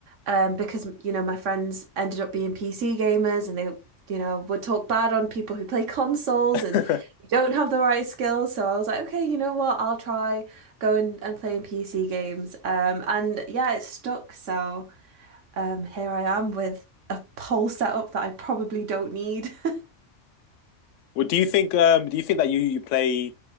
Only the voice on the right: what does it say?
um, because you know my friends ended up being PC gamers and they you know would talk bad on people who play <laughs> consoles
and you don't have the right skills. So I was like, okay, you know what? I'll try going and playing PC games. Um, and yeah, it stuck. So um, here I am with a whole setup that I probably don't need. <laughs>